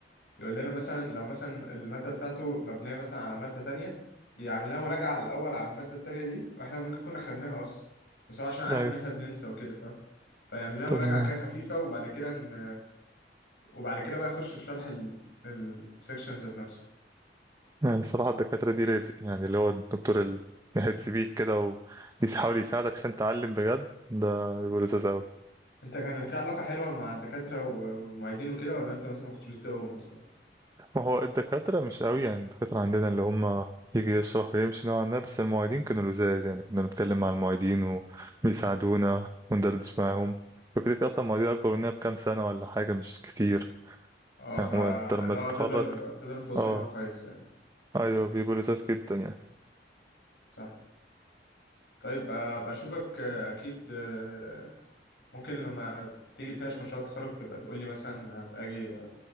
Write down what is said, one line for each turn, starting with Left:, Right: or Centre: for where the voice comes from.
Left: يقول لنا مثلا لو مثلا المادة بتاعته مبنية مثلا على مادة تانية يعمل لنا مراجعة الأول على المادة التانية دي وإحنا ممكن كنا خدناها أصلا بس هو عشان عارف
Right: ايوه
Left: إن إحنا بننسى وكده فاهم فيعمل لنا
Right: طب
Left: مراجعة
Right: أنا-
Left: كده خفيفة وبعد كده ن... وبعد كده بقى اخش في شرح السكشن ذات نفسه
Right: يعني الصراحة الدكاترة دي رزق يعني اللي هو الدكتور اللي يحس بيك كده ويحاول يساعدك عشان تعلم بجد ده بيبقى لذيذ أوي.
Left: انت كان في علاقة حلوة مع الدكاترة و- والمعيدين وكده ولا انت مثلا ما كنتش بتتقهم اصلا
Right: ما هو الدكاترة مش قوي يعني الدكاترة عندنا اللي هم يجي يشرح ويمشي نوعا ما بس المعيدين كانوا لزاز يعني كنا بنتكلم مع المعيدين وبيساعدونا وندردش معاهم وكده كده أصلا المعيدين أكبر مننا بكام سنة ولا حاجة مش كتير
Left: اه
Right: يعني
Left: فلو
Right: هو أنت لما تتخرج
Left: تقدر تقدر تتواصل
Right: اه
Left: معاهم كويس يعني
Right: أيوه بيبقوا لزاز جدا يعني
Left: صح طيب آه، ابقى اشوفك آه، اكيد آه، ممكن لما تيجي تناقش مشروع التخرج تبقى تقول لي مثلا ابقى اجي